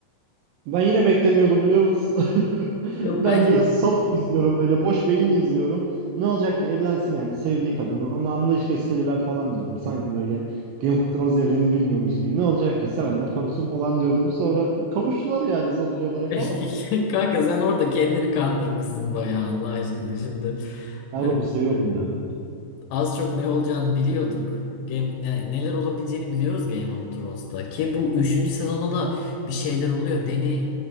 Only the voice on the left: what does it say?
Yok
Bence
<laughs>
kanka sen orada kendini kandırmışsın bayağı Allah aşkına şimdi.
e,
az çok ne olacağını biliyorduk. Game, ne- neler olabileceğini biliyoruz Game of Thrones'ta. Ki bu üçüncü sezonda da bir şeyler oluyor. Dany